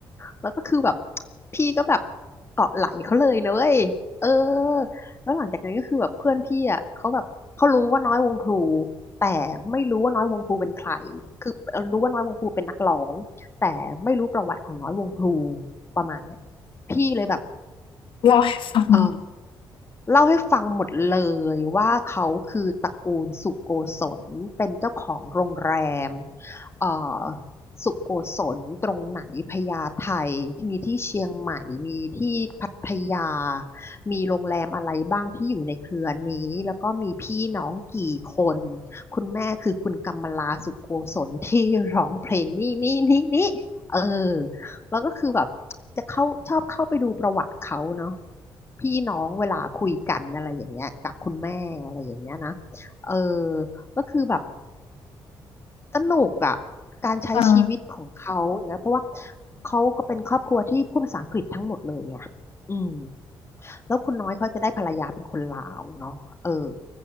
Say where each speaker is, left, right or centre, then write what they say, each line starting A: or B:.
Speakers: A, on the left; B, on the left.
A: แล้วก็คือแบบพี่ก็แบบเกาะไหล่เขาเลยนะเว้ยเออแล้วหลังจากนั้นก็คือแบบเพื่อนพี่อ่ะเขาแบบเขารู้ว่าน้อยวงพลูแต่ไม่รู้ว่าน้อยวงพลูเป็นใครคือรู้ว่าน้อยวงพลูเป็นนักร้อง แต่ไม่รู้ประวัติของน้อยวงพลูประมาณเนี้ยพี่เลยแบบ
B: เล่าให้ฟังเหรอ
A: เออ เล่าให้ฟังหมดเลยว่าเขาคือตระกูลสุโกศลเป็นเจ้าของโรงแรมเอ่อสุโกศลตรงไหนพญาไทที่มีที่เชียงใหม่มีที่พัทยามีโรงแรมอะไรบ้างที่อยู่ในเครือนี้แล้วก็มีพี่น้องกี่คนคุณแม่คือคุณกำมลาสุโกศลที่ร้องเพลงนี่นี่นี่นี่เออแล้วก็คือแบบ จะเข้าชอบเข้าไปดูประวัติเขาเนาะพี่น้องเวลาคุยกันอะไรอย่างเงี้ยกับคุณแม่อะไรอย่างเงี้ยนะเออก็คือแบบสนุกอ่ะการใช้ชีวิตของเขาอย่างเงี้ยเพราะว่า
B: อา
A: เขาก็เป็นครอบครัวที่พูดภาษาอังกฤษทั้งหมดเลยไงอืมแล้วคุณน้อยเขาจะได้ภรรยาเป็นคนลาวเนาะเออ